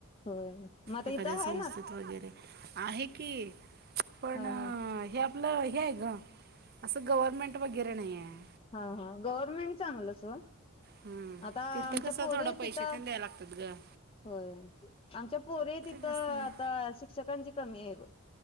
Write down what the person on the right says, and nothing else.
एखाद्या
संस्थेत
वगैरे आहे की, पण
अ,
हे आप आपलं हे हाय गं, असं गव्हर्नमेंट वगैरे नाहीयाय.
हम्म,
तिथं
कसं
थोडं
पैशे
तेन द्याय लागत्यात गं
जास्त
नाही